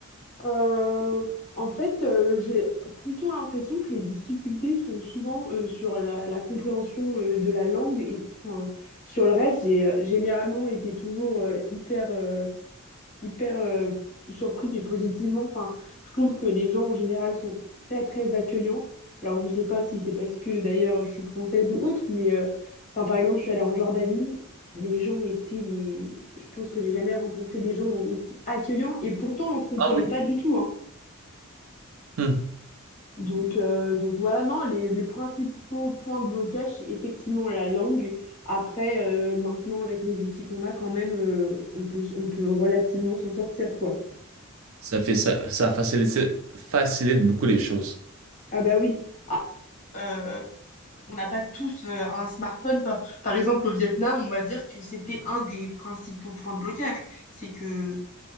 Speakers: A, on the left; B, on the right.
A: Euh, en fait, euh, j'ai plutôt l'impression que les difficultés sont souvent euh, sur la, la compréhension euh, de la langue et enfin, sur le reste, j'ai euh, généralement été toujours euh, hyper, euh, hyper euh, surpris mais positivement. Enfin, je trouve que les gens en général sont très très accueillants. Alors, je sais pas si c'est parce que d'ailleurs je suis française ou autre, mais euh, enfin, par exemple, je suis allée en Jordanie. Les gens étaient, mais je pense que j'ai jamais rencontré des gens aussi accueillants et pourtant on se comprenait
B: Ah oui.
A: pas du tout, hein.
B: Hmm.
A: Donc, euh, donc voilà, non, les, les principaux points de blocage, c'est effectivement la langue. Après, euh, maintenant, avec les outils qu'on a, quand même, euh, on peut, on peut relativement s'en sortir, quoi.
B: Ça fait ça, ça facilite, facilite beaucoup les choses.
A: Ah bah oui. Ah, euh, on n'a pas tous euh, un smartphone. Enfin, par exemple, au Vietnam, on va dire que c'était un des principaux points de blocage. C'est que